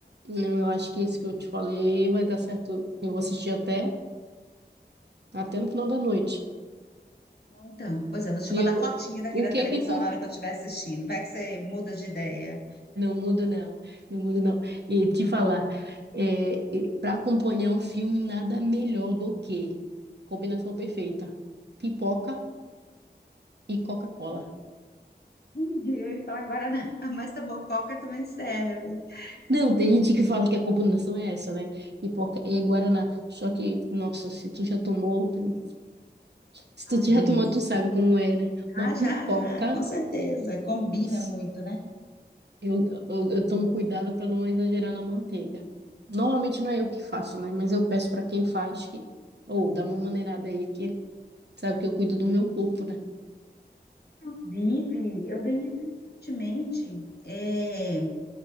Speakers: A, on the right; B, on the left.
A: Não, eu acho que esse que eu te falei vai dar certo. Eu assisti até, até no final da noite.
B: Ah, Então, pois é, vou te
A: E
B: mandar
A: eu,
B: fotinha daqui
A: o
B: da
A: que
B: televisão
A: que tu
B: na hora que eu estiver assistindo. Vai que você muda de ideia.
A: Não mudo, não. Não mudo, não. E te falar, é, para acompanhar um filme, nada melhor do que combinação perfeita: pipoca e Coca-Cola.
B: Entendi. Eu ia falar Guaraná, <laughs> mas tá bom, Coca também serve.
A: Não,
B: Hum.
A: tem gente que fala que a combinação é essa, né? Pipoca e Guaraná. Só que, nossa, se tu já tomou, tu- se
B: Ai,
A: tu
B: delícia.
A: já tomou, tu sabe como é, né? Uma
B: Ah,
A: pipoca,
B: já, já, com certeza. Combina
A: nossa,
B: muito, né?
A: Eu, eu, eu tomo cuidado para não exagerar na manteiga. Normalmente não é eu que faço, né? Mas eu peço para quem faz que, ou dá uma maneirada aí que sabe que eu cuido do meu corpo, né?
B: Inclusive, eu ganhei até recentemente é,